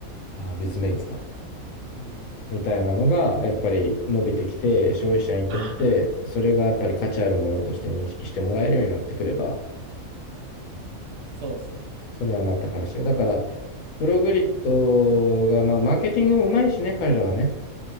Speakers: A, on the left; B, on the right.
A: あー、ビズメイツか。
B: うん。
A: みたいなのが、やっぱり伸びてきて、消費者にとって、
B: <laughs>
A: それがやっぱり価値あるものとして認識してもらえるようになってくれば、
B: そうですね。
A: それはまた話が。だから、プログリッドが、まあ、マーケティングもうまいしね、彼らはね。